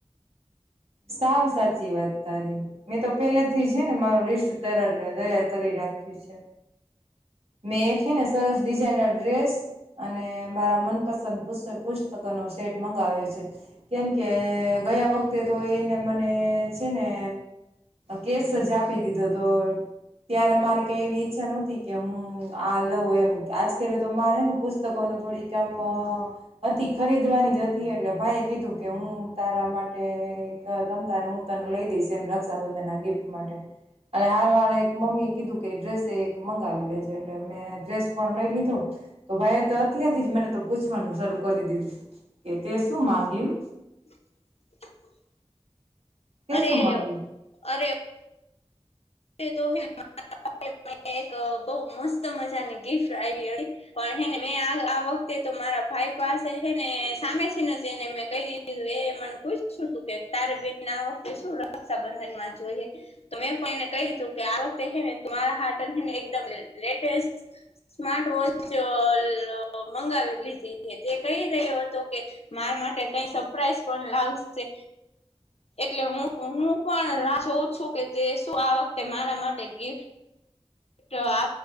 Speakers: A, on the right (about 65°); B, on the left (about 65°).
A: સાવ સાચી વાત તારી મેં તો પેલે થી હે ને મારું લિસ્ટ તૈયાર કરી રાખી છે. મેં એક હે ને સરસ ડિઝાઇનર ડ્રેસ અને મારા મનપસંદ <unintelligible> પુસ્તકો સેટ મંગાવે છે કેમ કે ગયા વખતે તો એને મને છે ને કેસ જ આપી દીધો તો ત્યારે મારી કઈ એવી ઈચ્છા નહતી કે હું આ લઉં એમ આજ કે તો મારે ને પુસ્તકો ન થોડીક કામ હતી ખરીદવાની જ હતી એટલે ભાઈ કીધું કે હું તારા માટે તમ તારે હું તને લઈ દઈશ એમ રક્ષાબંધન ના ગિફ્ટ માટે અને હારો હારે એક મમ્મી એ કીધું કે ડ્રેસે એ એક મંગાવી લેજે એટલે મેં ડ્રેસ પણ લઈ લીધો તો ભાઈ તો અત્યારથી જ મને તો પૂછવાનું શરૂ કરી દીધું. તે શું માગ્યું?
B: <inaudible>
A: તે
B: અરે
A: શું માંગ્યું
B: અરે <unintelligible> <unintelligible> એક બહ મસ્ત મજાની ગિફ્ટ આવી હતી પણને હે ને આ વખતે તો મારા ભાઈ પાસે હે ને સામે છે ને જે એને મેં કહી દીધી તું એ મને પૂછું તું કે તારે બેન આ વખતે શું રક્ષાબંધન માં જોઈએ તો મે પણ એને કઈ દીધું કે આ વખતે હે ને મારા હાતર હે ને એકદમ લેટેસ્ટ સ્માર્ટ વોચ <unintelligible> મંગાવી લીધી તે કહી રહ્યો હતો કે મારા માટે કઈ સરપ્રાઈઝ પણ લાવશે એટલે હું હું પણ રાહ જોઉં છું કે તે શું આ વખતે મારા માટે ગિફ્ટ આ